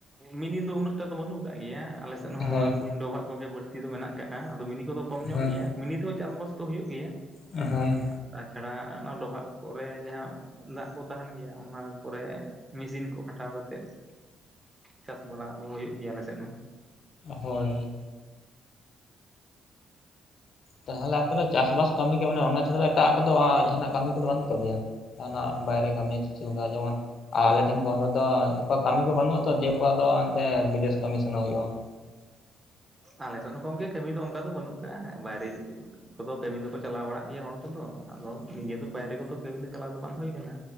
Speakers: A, on the right; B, on the left.
A: ᱢᱤᱱᱤ ᱫᱚ ᱩᱱᱟᱹᱜᱴᱟ ᱫᱚ ᱵᱟᱹᱱᱩᱜ ᱟᱠᱟᱜ ᱜᱮᱭᱟ᱾ ᱟᱞᱮᱥᱮᱫ ᱦᱚᱸ
B: ᱦᱳᱭ
A: ᱚᱱᱟ ᱠᱩᱧ ᱰᱚᱵᱷᱟᱜ ᱠᱚᱜᱮ ᱵᱟᱹᱲᱛᱤ ᱫᱚ ᱢᱮᱱᱟᱜ ᱟᱠᱟᱜᱼᱟ ᱟᱫᱚ ᱢᱤᱱᱤ ᱠᱚᱫᱚ ᱠᱚᱢ ᱧᱚᱜ
B: ᱦᱳᱭ
A: ᱜᱮᱭᱟ᱾ ᱢᱤᱱᱤ ᱛᱮᱦᱚᱸ ᱪᱟᱥᱵᱟᱥ ᱫᱚ ᱦᱩᱭᱩᱜ ᱜᱮᱭᱟ᱾
B: ᱦᱳᱭ,
A: ᱛᱟᱪᱷᱟᱲᱟ ᱚᱱᱟ ᱰᱚᱵᱷᱟᱜ ᱠᱚᱨᱮ ᱡᱟᱦᱟᱸ ᱫᱟᱜ ᱠᱚ ᱛᱟᱦᱮᱱ ᱜᱮᱭᱟ ᱚᱱᱟ ᱠᱚᱨᱮ ᱢᱮᱥᱤᱱ ᱠᱚ ᱠᱷᱟᱴᱟᱣ ᱠᱟᱛᱮᱫ ᱪᱟᱥ ᱵᱟᱲᱟ ᱫᱚ ᱦᱩᱭᱩᱜ ᱜᱮᱭᱟ ᱟᱞ ᱥᱮᱫ ᱦᱚᱸ᱾
B: ᱦᱳᱭ ᱛᱟᱦᱚᱞᱮ ᱟᱯᱮ ᱪᱟᱥᱵᱟᱥ ᱠᱟᱹᱢᱤ ᱜᱮ ᱢᱟᱱᱮ ᱚᱱᱟ ᱪᱷᱟᱲᱟ ᱫᱚ ᱮᱴᱟᱜ ᱠᱚᱫᱚ ᱡᱟᱦᱟᱱᱟᱜ ᱠᱟᱹᱢᱤ ᱠᱚᱫᱚ ᱵᱟᱹᱱᱩᱜ ᱛᱟᱯᱮᱭᱟ ᱡᱟᱦᱟᱱᱟᱜ ᱵᱟᱭᱨᱮ ᱠᱟᱹᱢᱤ ᱪᱮᱫ ᱞᱮᱠᱟ ᱡᱮᱢᱚᱱ ᱟᱨ ᱟᱞᱮ ᱴᱷᱮᱱ ᱠᱚ ᱦᱚᱲ ᱫᱚ ᱚᱱᱠᱟ ᱠᱟᱹᱢᱤ ᱠᱚ ᱵᱟᱹᱱᱩᱜ ᱟᱛᱚ ᱫᱮ ᱠᱚᱣᱟᱜ ᱫᱚ ᱮᱱᱛᱮ ᱵᱤᱫᱮᱥ ᱠᱟᱹᱢᱤ ᱥᱮᱟᱱᱟᱚᱜ ᱦᱩᱭᱩᱜᱼᱟ <inaudible>
A: ᱟᱞᱮᱥᱮᱫ ᱦᱚᱸ ᱠᱚᱢᱜᱮ ᱠᱟᱹᱢᱤ ᱫᱚ ᱚᱱᱠᱟ ᱫᱚ ᱵᱟᱹᱱᱩᱜ ᱠᱟᱜᱼᱟ ᱵᱟᱭᱨᱮ ᱠᱚᱫᱚ ᱠᱟᱹᱢᱤ ᱫᱚᱠᱚ ᱪᱟᱞᱟᱣ ᱵᱟᱲᱟᱜ ᱜᱮᱭᱟ ᱦᱚᱲ ᱠᱚᱫᱚ ᱟᱫᱚ ᱱᱤᱡᱮ ᱫᱚ ᱵᱟᱭᱨᱮ ᱠᱚᱫᱚ ᱠᱟᱹᱢᱤ ᱫᱚ ᱪᱟᱞᱟᱣ ᱫᱚ ᱵᱟᱝ ᱦᱩᱭᱟᱱᱟ